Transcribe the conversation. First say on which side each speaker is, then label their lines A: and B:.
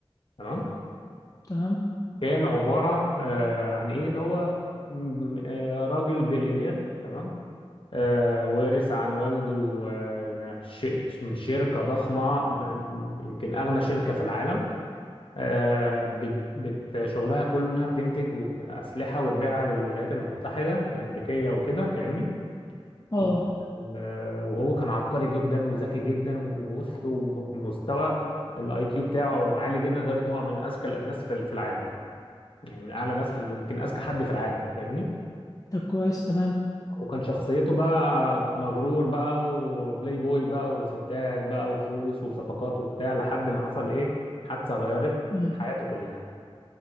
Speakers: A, on the left; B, on the left.
A: تمام
B: تمام
A: كان عباره آه، عن ايه ان هو م- آه، راجل بليونير تمام آه، ورث عن والده آه، ش- شركة ضخمة يمكن أغنى شركة في العالم آه، بت بت- شغلها كله إنها بتنتج وب- أسلحة وتبيعها للولايات المتحدة الأمريكية وكده فاهمني
B: اه
A: و- آه، وهو كان عبقري جدا وذكي جدا وبص ومستوى الاي كيو بتاعه عالي جدا لدرجة إن هو من أذكى الناس في في العالم يعني من أعلى ناس في ال- يمكن أذكى حد في العالم فاهمني
B: طب كويس تمام
A: وكان شخصيته بقى مغرور بقى وبلاي بوي بقى وستات بقى وفلوس وصفقات وبتاع لحد ما حصل ايه حادثة غيرت
B: ايه
A: حياته كلها